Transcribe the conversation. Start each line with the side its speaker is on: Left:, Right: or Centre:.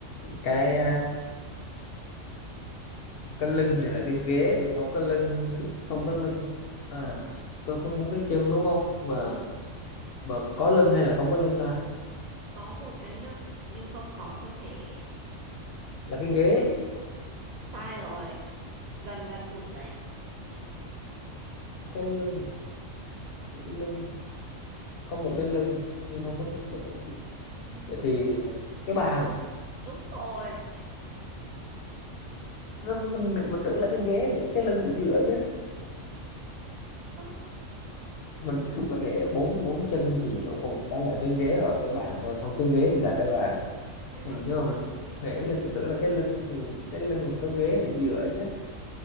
Left: cái cái lưng
Right: Cái gì?
Left: thì là cái ghế còn không có lưng không có lưng à tôi có muốn cái chân đúng không mà
Right: Đúng,
Left: mà có lưng hay là không có lưng ta
Right: có một cái lưng, nhưng không có cơ thể.
Left: là cái ghế
Right: Sai rồi, gần gần đúng đấy.
Left: có lưng à? Cái lưng có một cái lưng nhưng không có cái thể
Right: Ừ,
Left: vậy thì cái bàn
Right: đúng rồi.
Left: Nó- mình mình, mình tưởng là cái ghế để cái lưng để dựa chứ
Right: Ơ,
Left: mình mình nghĩ bốn bốn chân thì còn một cái là cái ghế hoặc cái bàn thôi không cái ghế thì là cái bàn
Right: ừ,
Left: mình nhưng mà mình nghĩ là cứ tưởng là cái lưng thì cái lưng có ghế để dựa chứ